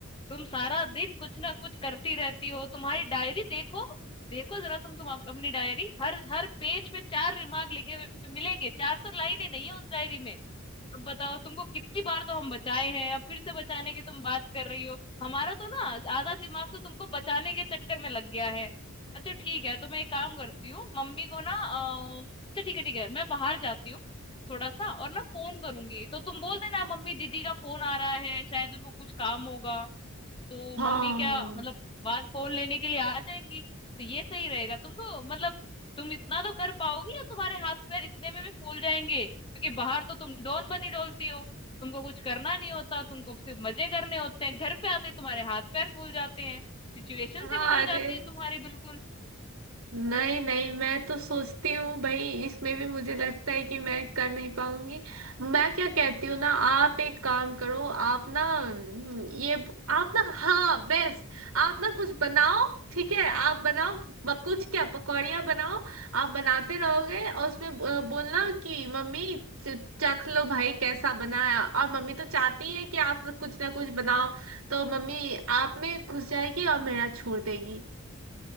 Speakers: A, on the left; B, on the right.
A: तुम सारा दिन कुछ ना कुछ करती रहती हो तुम्हारी डायरी देखो देखो जरा तुम तुम अप- अपनी डायरी हर हर पेज पे चार रिमार्क लिखे हुए मिलेंगे चार तो लाइनें नहीं है उस डायरी में अब बताओ तुमको कितनी बार तो हम बचाए हैं अब फिर से बचाने की तुम बात कर रही हो हमारा तो ना आधा दिमाग तो तुमको बचाने के चक्कर में लग गया है अच्छा ठीक है तो मैं एक काम करती हूँ मम्मी को ना अ, अच्छा ठीक है ठीक है मैं बाहर जाती हूँ थोड़ा सा और ना फोन करूंगी तो तुम बोल देना मम्मी दीदी का फोन आ रहा है शायद उनको कुछ काम होगा तो
B: हाँ
A: मम्मी क्या मतलब बाहर फोन लेने के लिए आ जाएंगी तो ये सही रहेगा तुम तो मतलब तुम इतना तो कर पाओगी या तुम्हारे हाथ पैर इतने में भी फूल जाएंगे क्योंकि बाहर तो तुम डॉन बनी डोलती हो तुमको कुछ करना नहीं होता तुमको सिर्फ मजे करने होते हैं घर पे आते ही तुम्हारे हाथ पैर फूल जाते हैं सिचुएशन
B: हाँ
A: से बदल
B: अरे
A: जाती है तुम्हारी बिल्कुल
B: नहीं नहीं मैं तो सोचती हूँ भाई इसमें भी मुझे लगता है कि मैं कर नहीं पाऊंगी मैं क्या कहती हूँ ना आप एक काम करो आप ना हम्म, ये आप ना हाँ बेस्ट आप ना कुछ बनाओ ठीक है आप बनाओ ब- कुछ क्या पकौड़ियाँ बनाओ आप बनाते रहोगे और उसमें ब- बोलना कि मम्मी च- चख लो भाई कैसा बनाया और मम्मी तो चाहती है कि आप कुछ ना कुछ बनाओ तो मम्मी आप में घुस जाएगी और मेरा छोड़ देगी